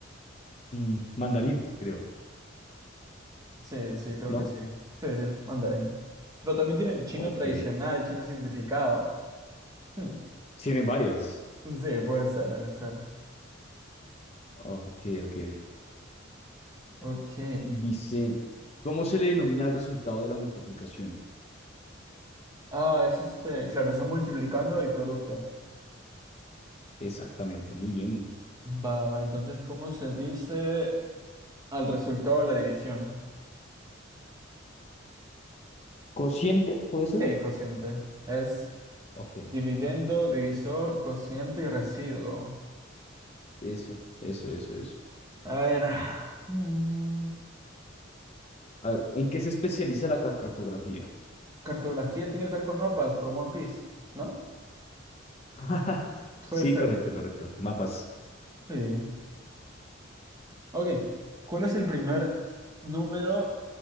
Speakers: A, on the left (about 30°); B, on the right (about 20°).
A: Mm, mandarín, creo,
B: Sí, sí, creo
A: ¿no?
B: que sí. Sí, sí, es mandarín. Pero también tienen chino
A: Ok.
B: tradicional, chino simplificado. Hmm.
A: Tienen varias.
B: Sí, puede ser, puede ser.
A: Ok, ok.
B: Ok.
A: Dice, ¿cómo se le denomina el resultado de la multiplicación?
B: Ah, es este. Claro, son multiplicando y producto.
A: Exactamente, muy bien.
B: Va, va, entonces, ¿cómo se dice al resultado de la división?
A: ¿Cociente puede ser?
B: Sí, cociente. Es
A: Ok,
B: dividendo, divisor, cociente y residuo.
A: eso, eso, eso, eso.
B: A ver. <sighs> mm,
A: A ver, ¿en qué se especializa la cartografía?
B: cartografía tiene que ver con mapas por One Piece, ¿no?
A: <laughs>
B: Puede
A: Sí,
B: ser.
A: correcto, correcto. Mapas.
B: Sí. Ok, ¿cuál es el primer número